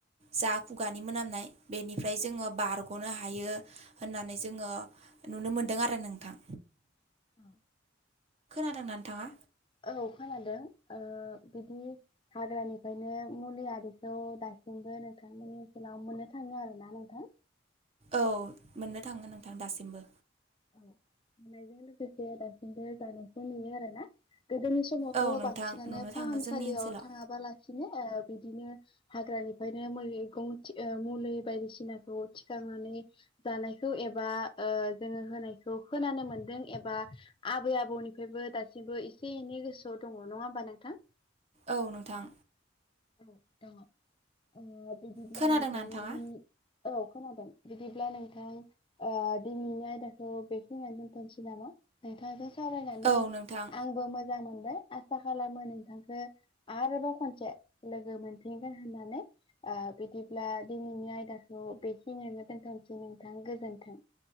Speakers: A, on the right; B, on the left.
A: जा खुगानि मोनामनाय बेनिफ्राय जोङो बारग'नो हायो‌ होननानै जोङो नुनो मोनदों आरो नोंथां।
B: ओ
A: खोनादोंना नोंथाङा?
B: ओ औ खोनादों। ओ बिदि हाग्रानिफ्रायनो मुलि आरिखौ दासिमबो नोंथांमोननि मोननो थाङो आरोना नोंथां?
A: औ मोननो थाङो नोंथां दासिमबो।
B: औ मोननायजों लोगोसे दासिमबो जानायखौ नुयो आरो ना? गोदोनि समावथ'
A: औ नोंथां
B: बांसिनानो
A: नुनो
B: फाहामसालियाव
A: थाङो जोंनि ओनसोलाव
B: थाङाबालासिनो ओ बिदिनो हाग्रानिफ्रायनो मैगं थि ओ मुलि बायदिसिनाखौ थिखांनानै नै जानायखौ एबा ओ जोङो होनायखौ खोनानो मोनदों एबा आबै आबौनिफ्रायबो दासिमबो एसे एनै गोसोआव दङ नङा होमबा नोंथा?
A: औ नोंथां।
B: औ दङ ओ बिदिब्ला
A: खोनादोंना
B: नोंथां
A: नोंथाङा?
B: दिनै औ खोनादों बिदिब्ला नोंथां ओ दिनैनि आय दाखौ बेखिनियावनो दोनथ'नोसै नामा? नोंथांजों सावरायनानै
A: औ नोंथां
B: आंबो मोजां मोन बाय आसा खालामो नोंथांखौ आरोबाव खनसे लोगो मोनफिनगोन होननानै। ओ बिदिब्ला दिनैनि आयदाखौ बेखिनियावनो दोनथ'नोसै नोंथां गोजोन्थों।